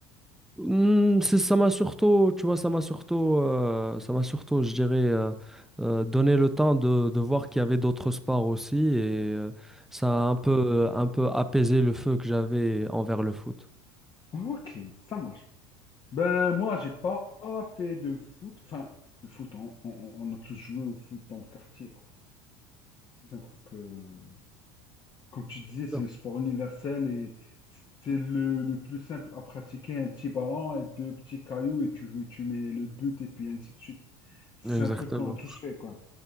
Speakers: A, in the centre; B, on the left (about 35°).
A: Hmm, c'est- ça m'a surtout, tu vois, ça m'a surtout, euh, ça m'a surtout, je dirais, euh, euh, donné le temps de, de voir qu'il y avait d'autres sports aussi et euh, ça a un peu, un peu apaisé le feu que j'avais envers le foot.
B: Ok, ça marche. Ben, moi, j'ai pas fait de foot. Enfin, le foot, on, on- on a tous joué au foot dans le quartier, quoi. C'est un truc, euh, comme tu disais, c'est
A: Sûr.
B: le sport universel et c'est le, le plus simple à pratiquer. Un petit ballon et deux petits cailloux et tu, tu mets le but et puis ainsi de suite. C'est
A: Exactement,
B: un truc qu'on a tous fait, quoi.